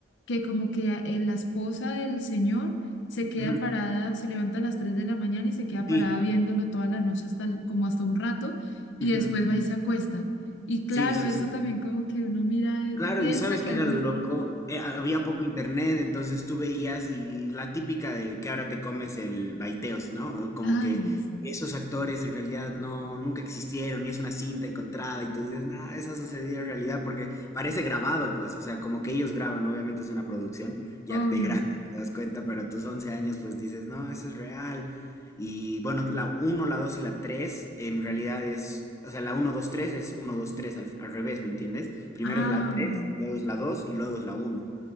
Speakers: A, on the left; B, on the left.
A: que como que a- eh, la esposa del señor se queda
B: Ujú.
A: parada, se levanta a las 3 de la mañana y se queda parada
B: Sí.
A: viéndolo toda la noche hasta el- como hasta un rato y
B: Ujú.
A: después va y se acuesta. Y claro,
B: Sí, sí,
A: eso
B: sí.
A: también como que uno mira, eh,
B: Claro,
A: piensa
B: y sabes
A: que
B: que
A: alguien...
B: era lo loco, Eh, había poco internet, entonces tú veías y la típica de que ahora te comes el baiteos, ¿no? O Como
A: <laughs> Ay,
B: que
A: sí,
B: esos actores en realidad no, nunca existieron y es una cinta encontrada y tú dices, no, eso ha sucedido en realidad porque parece grabado, pues, o sea, como que ellos graban, obviamente es una producción, ya
A: obvio.
B: de grande <laughs> te das cuenta, pero a tus 11 años pues dices, no, eso es real. Y bueno, la uno la 2 y la 3 en realidad es, o sea, la uno 2 3 es uno 2 3 al, al revés, ¿me entiendes? Primero
A: Ah,
B: es la tres luego es la 2 y luego es la uno